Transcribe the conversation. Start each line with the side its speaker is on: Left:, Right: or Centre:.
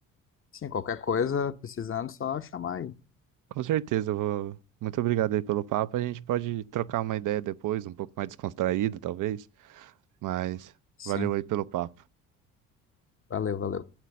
Left: Sim, qualquer coisa, precisando, só chamar aí.
Right: Com certeza, eu vou. Muito obrigado aí pelo papo. A gente pode trocar uma ideia depois, um pouco mais descontraído, talvez. Mas
Left: Sim.
Right: valeu aí pelo papo.
Left: Valeu, valeu.